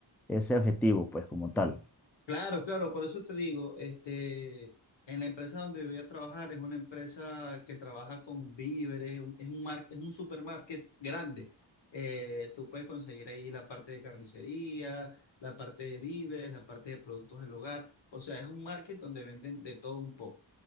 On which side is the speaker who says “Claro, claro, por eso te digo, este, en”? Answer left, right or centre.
Left